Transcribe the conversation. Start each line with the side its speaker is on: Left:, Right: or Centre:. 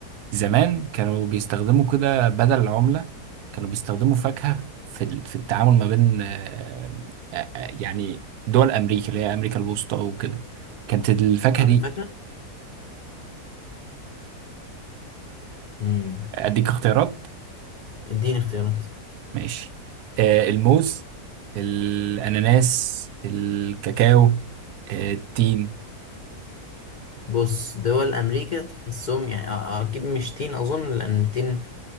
Right: زمان كانوا بيستخدموا كده بدل العملة كانوا بيستخدموا فاكهة في ال- في التعامل ما بين آه، آه، آه، يعني دول أمريكا اللي هي أمريكا الوسطى وكده كانت الفاكهة
Left: عملت
Right: دي
Left: فاكرة؟ مم.
Right: أديك اختيارات
Left: اديني اختيارات
Right: ماشي آه، الموز الأناناس الكاكاو آه، التين
Left: بص دول أمريكا تحسهم يعني آه، آه، أكيد مش تين أظن لأن التين